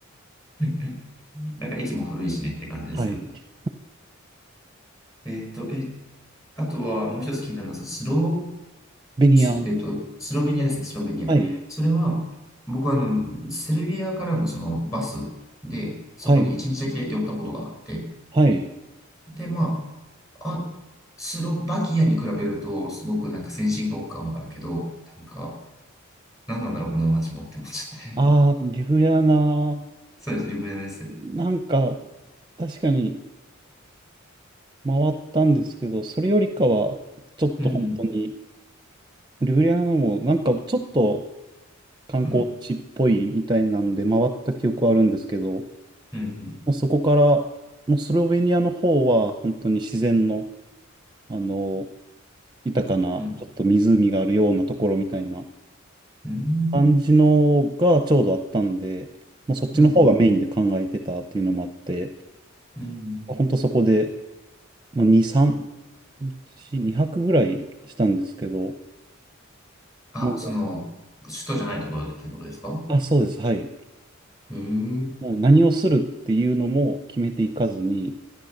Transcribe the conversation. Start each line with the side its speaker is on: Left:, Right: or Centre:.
Left: <laughs> なんか駅も古いしねって感じですよね。
Right: はい。
Left: えっと、え、あとはもう一つ気になるのは、そのスロ
Right: ベニヤン。
Left: ー、ス、えっと、スロベニアですね、スロベニア。
Right: はい。
Left: それは、僕はあの、セルビアからのそのバスで、そこに一日だけ寄ったことがあって、
Right: はい。はい。
Left: で、まあ、あ、スロバキアに比べると、すごくなんか先進国感もあるけど、なんか、なんなんだろう、この街もって思っちゃって。
Right: ああ、リブヤナも、
Left: <laughs> そうです、リブネです。
Right: なんか、確かに回ったんですけど、それよりかは、ちょっと本当に、
Left: うんうん、
Right: リブリアナも、なんかちょっと観光地っぽいみたいなんで、
Left: うん、
Right: 回った記憶はあるんですけど、も
Left: うん、
Right: うそこから、もうスロベニアの方は、本当に自然の、あの、豊かな、
Left: うん、
Right: ちょっと湖があるようなところみたいな
Left: うん、うん、
Right: 感じのがちょうどあったんで、もうそっちの方がメインで考えてたっていうのもあって、
Left: うん、うん。
Right: 本当そこで、まあ、2、3、1 2泊ぐらいしたんですけど、
Left: あ、
Right: もう、
Left: その、首都じゃないところでってことですか
Right: あ、そうです、はい。
Left: へえ、うん、
Right: もう何をするっていうのも決めていかずに、